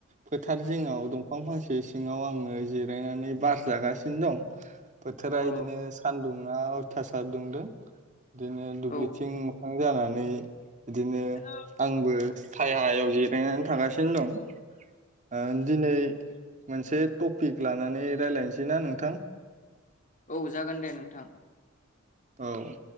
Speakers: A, on the right; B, on the left.
A: फोथार जिङाव दंफां फांसे सिङाव आङो जिरायनानै बार जागासिनो दं बोथोरा
B: अ
A: बिदिनो सान दुङा अयथासार दुंदों। बिदिनो दुब्लिथिं
B: औ
A: बिफां जानानै बिदिनो
B: अ
A: आंबो सायायाव जिरायनानै थागासिनो दं <inaudible> ओ दिनै मोनसे टपिक लानानै रायलायनोसै ना नोंथां
B: औ जागोन दे नोंथां
A: औ